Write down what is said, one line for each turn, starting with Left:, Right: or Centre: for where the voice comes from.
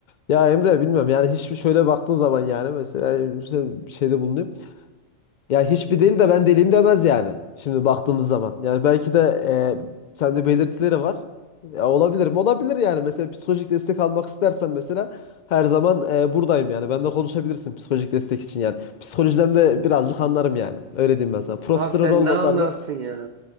Left: Ya Emre bilmiyorum yani hiçbir şöyle baktığın zaman yani mesela e, sen bir şeyde bulunuyor. Ya hiçbir deli de ben deliyim demez yani. Şimdi baktığımız zaman. Yani belki de e, sende belirtileri var. Ya olabilir mi? Olabilir yani. Mesela psikolojik destek almak istersen mesela her zaman e, buradayım yani. Bende konuşabilirsin psikolojik destek için yani. Psikolojiden de birazcık anlarım yani. Öyle diyeyim ben sana. Profesyonel
Right: Abi sen
Left: olmasa
Right: ne anlarsın
Left: da
Right: ya?